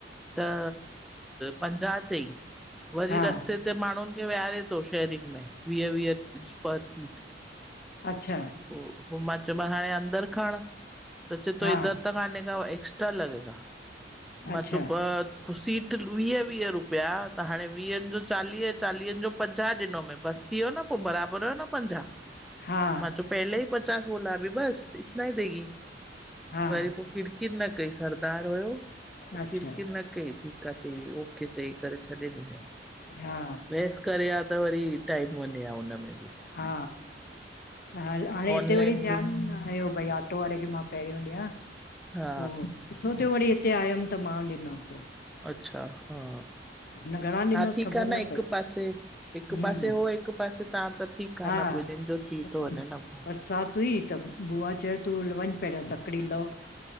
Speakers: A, in the centre; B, on the left.
A: त पंजाहु चई। वरी
B: हा
A: रस्ते ते माण्हुनि खे विहारे थो शेयरिंग में वीह वीह पर सीट
B: अच्छा
A: पोइ पोइ मां चयोमसि हाणे अंदरि खण त चे थो
B: हा
A: इधर तक आन्हे का एक्स्ट्रा - लॻेगा मां
B: अच्छा
A: चयो ॿ त सीट वीह वीह रुपिया त हाणे वीहनि जो चालीह चालीहनि जो पंजाह ॾिनोम बसि। थी वियो न पोइ बराबरि हुयो न पंजाहु
B: हा
A: मां चयो पहले ई पचास बोला अभी बस इता ईी देगी
B: हा
A: वरी पोइ किड़कीर न कई सरदार हुयो
B: अच्छा
A: किड़कीर न ओई ठीक आहे चई ओके चई करे छॾे ॾिनई
B: हा
A: बेहस करे आ त वरी टाइम वञे ह हुन में बि
B: हा ह हाणे हिते
A: ऑनलाइन
B: वरी ध्यानु
A: बि
B: न आयो भई आटो वारे खे मां पहिरियों ॾियां
A: हा
B: हो सुठो् थियो वरी हिते आयमि त मां ॾिनमि।
A: अच्छा हा
B: न घणा
A: हा
B: ॾिनसि
A: ठीकु
B: ख़बर
A: आहे न हिकु
B: पई
A: पासे, हिकु
B: हम्म
A: पासे हो हिकु पासे ता त। ठीकु आ
B: हा
A: न ॿिन्हिनि जो थी
B: त
A: थो वञे न पो
B: बरसाति हुई त। बुआ चयो तूं वञ पहिरियों तकड़ी लहो